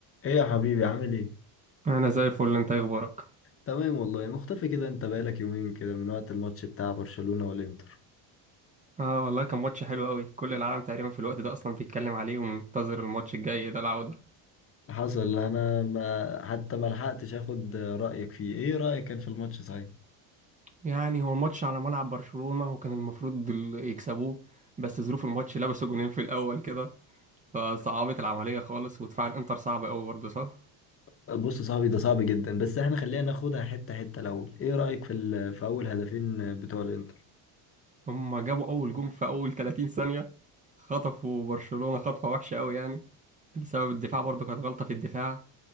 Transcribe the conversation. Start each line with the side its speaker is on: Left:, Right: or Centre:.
Left: ايه يا حبيبي عامل ايه؟
Right: انا زي الفل انت إيه اخبارك
Left: تمام والله مختفي كده انت بقالك يومين كده من وقت الماتش بتاع برشلونة والانتر
Right: اه والله كان ماتش حلو قوي كل العالم تقريبا في الوقت ده اصلا بيتكلم عليه ومنتظر الماتش الجاي ده العودة
Left: حصل انا ما حتى ما لحقتش اخد رأيك فيه ايه رأيك كان في الماتش صحيح
Right: يعني هو ماتش على ملعب برشلونة وكان المفروض ال- يكسبوه بس ظروف الماتش لبسوا جونين في الاول كده فصعبت العملية خالص ودفاع الانتر صعب قوي برضه صح
Left: بص يا صاحبي ده صعب جدا بس احنا خلينا ناخدها حتة حتة الاول ايه رأيك في ال- في اول هدفين بتوع الانتر
Right: هما جابوا اول جون في اول 30 ثانية خطفوا برشلونة خطفة وحشة قوي يعني بسبب الدفاع برضه كانت غلطة في الدفاع